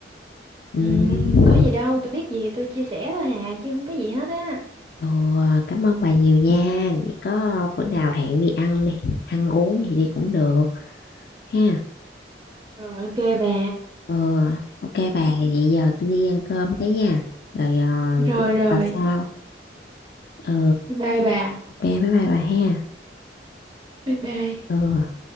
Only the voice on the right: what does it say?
ừ có gì đâu tôi biết gì thì tôi chia sẻ thôi hà chứ không có gì hết á
rồi ok bà
rồi
rồi
bye bye bà
bye bye